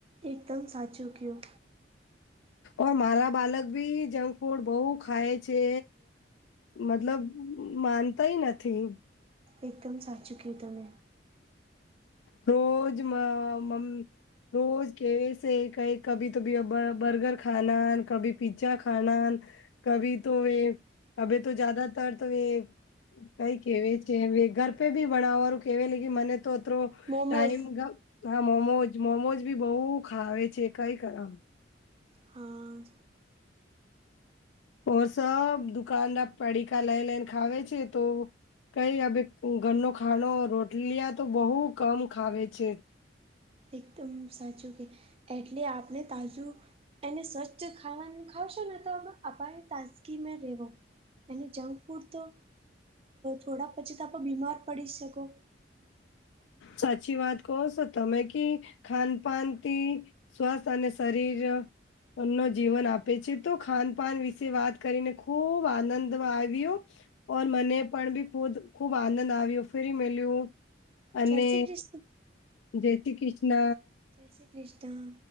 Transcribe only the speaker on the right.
એકદમ સાચું.
એકદમ સાચું કીધું તમે.
મોમોઝ
હા.
એકદમ સાચું કે. એટલે આપણે તાજું. એને સ્વચ્છ ખાવા ખાવશે ને, તો આપ તાજગીમાં રેવો. અને જંક ફૂડ તો, થોડા પછી, તો આપ બીમાર પડી શકો.
જય શ્રી કૃષ્ણ
જય શ્રી કૃષ્ણ.